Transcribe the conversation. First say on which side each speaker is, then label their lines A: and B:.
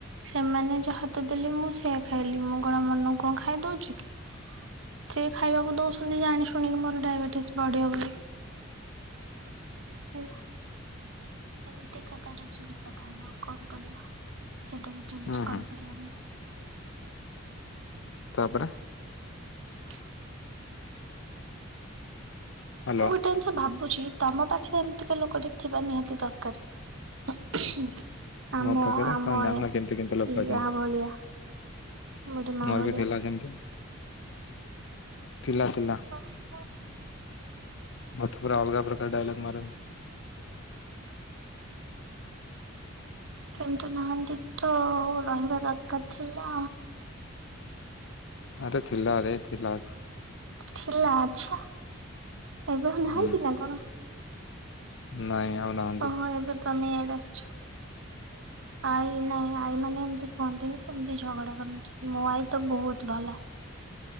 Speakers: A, on the right; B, on the left.
A: ସେମାନେ ଯାହାତ ଦେଲେ ମୁଁ ସେଆ ଖାଇଲି। ମୁଁ କଣ ମନକୁ କଣ ଖାଇଦଉଛି କି? ସେ ଖାଇବାକୁ ଦଉଛନ୍ତି ଜାଣି ଶୁଣିକି ମୋର ଡାଇବେଟିସ୍ ବଢିବ ବୋଲି। ହେଲା <inaudible> ଏମିତିକା ତାର ଚିନ୍ତାଧାରା ଆଉ କଣ କରିବା? ସେଇଟା ବି ଚେଞ
B: ହୁଁ
A: କରିପାରିବନି।
B: ହୁଁ ତାପରେ।
A: <inaudible>
B: ହ୍ୟାଲୋ
A: ମୁଁ ଗୋଟେ ଜିନିଷ ଭାବୁଛି। ତମ ପାଖରେ ଏମିତିକା ଲୋକଟେ ଥିବା ନିହାତି ଦରକାର। ଆମ
B: ମୋ ପାଖରେ
A: ଆମ
B: ତମେ ଜାଣିନ
A: ଏ
B: କେମିତି କେମିତି ଲୋକ ଅଛନ୍ତି
A: ୟା ଭଳିଆ। ବୁଢୀ ମା
B: ମୋର
A: ଭଳିଆ।
B: ବି ଥିଲା ସେମିତି। ଥିଲା ଥିଲା।
A: ହଉ।
B: ମତେ ପୁରା ଅଲଗାପ୍ରକାର ଡାଇଲଗ ମାର।
A: କିନ୍ତୁ ନାହାନ୍ତି ତ ରହିବା ଦରକାର ଥିଲା।
B: ଆରେ ଥିଲାରେ ଥିଲା।
A: ଥିଲା ଆଛ ଏବେ ଆଉ ନାହାନ୍ତି
B: ହୁଁ
A: ନା କଣ?
B: ନାଇଁ ଆଉ ନାହାନ୍ତି।
A: ଓହୋ ଏବେ ତମେ ଇଆଡେ ଆସିଛ?
B: ହ
A: ଆଇ ନାଇଁ ଆଈ ମାନେ ଏମିତି କୁହନ୍ତିନି କେମିତି ଝଗଡା କରନ୍ତି ମୋ ଆଈ ତ ବୋହୁତ ଭଲ।